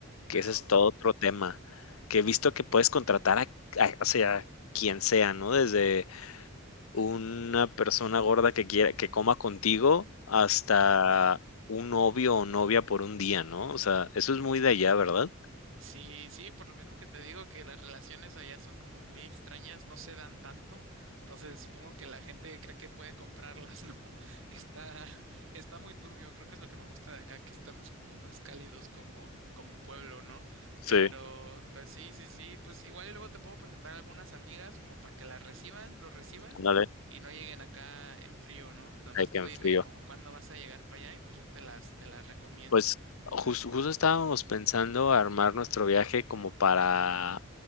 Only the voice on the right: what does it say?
pero
Sí, sí, por lo mismo que te digo que las relaciones allá son como muy extrañas, no se dan tanto, entonces supongo que la gente cree que puede comprarlas, ¿no? <laughs> Está, está muy turbio, creo que es lo que me gusta de acá, que estamos como más cálidos como, como pueblo, ¿no? Pero,
pues sí, sí, sí, pues igual y luego te puedo presentar a algunas amigas como para que las reciban, los reciban
y no lleguen acá en frío, ¿no? Además
tú
dime
como cuándo vas a llegar para allá y pues yo te las, te las recomiendo.